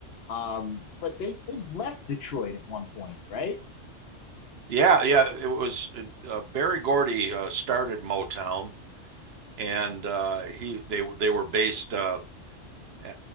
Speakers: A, on the left; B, on the right.
A: Um, but they, they left Detroit at one point, right?
B: Yeah, yeah. It was uh, uh, Barry Gordy uh, started Motown, and uh, he they were they were based uh, uh,